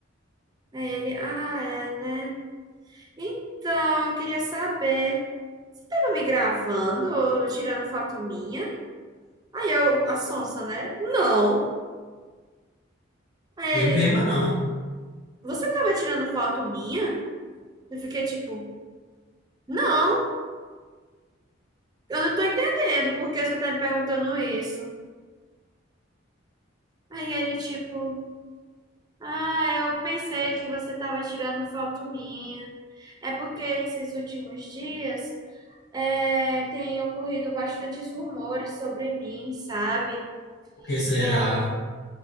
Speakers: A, on the right; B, on the left.
A: Aí ele, ah, é, né? Então, eu queria saber, você tava me gravando ou tirando foto minha? Aí eu, a sonsa, né? Não. Aí
B: Eu
A: ele,
B: mesma não.
A: você tava tirando foto minha? Eu fiquei tipo, não. Eu não tô entendendo por que você tá me perguntando isso. Aí ele, tipo, ah, eu pensei que você tava tirando foto minha. É porque esses últimos dias é, tem ocorrido bastantes rumores sobre mim, sabe?
B: Porque será?
A: É, o